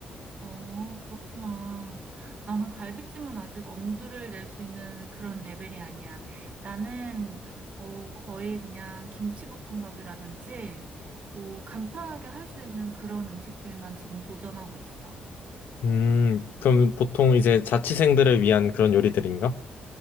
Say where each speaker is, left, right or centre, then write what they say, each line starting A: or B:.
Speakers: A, on the right (about 55°); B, on the left (about 75°).
A: 어, 그렇구나. 나는 갈비찜은 아직 엄두를 낼 수 있는 그런 레벨이 아니야. 나는, 어, 거의 그냥 김치볶음밥이라든지, 뭐, 간편하게 할 수 있는 그런 음식들만 지금 도전하고 있어.
B: 음, 그럼 보통 이제 자취생들을 위한 그런 요리들인가?